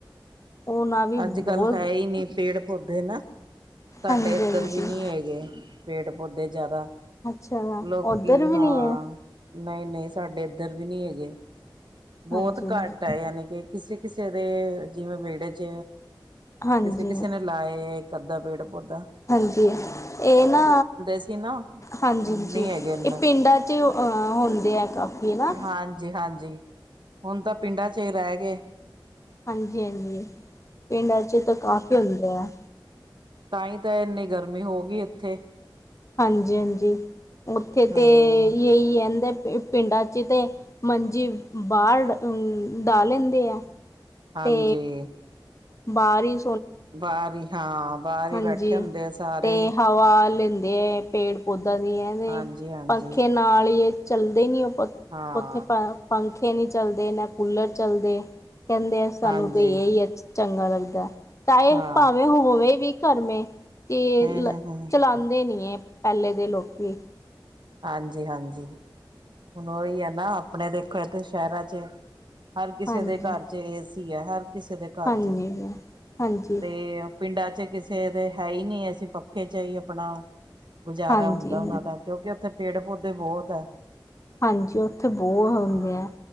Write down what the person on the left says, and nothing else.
ਉਹਨਾਂ ਵੀ ਬਹੁਤ
ਹਾਂਜੀ-ਹਾਂਜੀ
ਅੱਛਾ
ਉੱਧਰ ਵੀ
ਨਹੀਂ ਹੈ
ਹਾਂਜੀ-ਹਾਂਜੀ
ਹਾਂਜੀ
ਹਾਂਜੀ ਏ ਨਾ
ਹਾਂਜੀ-ਹਾਂਜੀ
ਏ ਪਿੰਡਾਂ ਚ ਅ ਹੁੰਦੇ ਐ ਕਾਫ਼ੀ ਹੈਨਾ।
ਹਾਂਜੀ-ਹਾਂਜੀ ਪਿੰਡਾਂ ਚ ਤ ਕਾਫ਼ੀ ਹੁੰਦੇ ਆ।
ਹਾਂਜੀ-ਹਾਂਜੀ ਉੱਥੇ
ਤੇ' <unintelligible> ਪਿੰਡਾਂ ਚ ਤੇ ਮੰਜੀ ਬਾੜ ਊ ਡਾਹ ਲੈਂਦੇ ਆ।
ਤੇ ਬਾਰੀ
ਹਾਂਜੀ
ਤੇ ਹਵਾ ਲੈਂਦੇ ਪੇਂਡ ਪੌਦਾ ਦੀ ਐਵੇ
ਪੰਖੇ ਨਾਲ ਈ ਚੱਲਦੇ ਨੀ ਓ ਪਖ
ਖ਼ੇ ਪੰਖੇ ਨੀ ਚੱਲਦੇ, ਨਾ ਕੂਲਰ ਚੱਲਦੇ ਕੈਂਦੇ ਆ ਸਾਨੂੰ
ਤੇ ਏ ਈ ਅ ਚੰਗਾ ਲੱਗਦੈ ਚਾਏ
ਭਾਵੇਂ ਹੋਵੇਂ ਵੀ ਘਰ ਮੇਂ ਤੇ
ਲ
ਚਲਾਂਦੇ ਨੀ ਐ ਪੈਲੇ ਦੇ ਲੋਕੀ।
ਹਾਂਜੀ
ਹਾਂਜੀ
ਹਾਂਜੀ ਹਾਂਜੀ
ਹਾਂਜੀ
ਹਾਂਜੀ ਓਥੇ ਬੋਅ ਹੁੰਦੇ
ਆ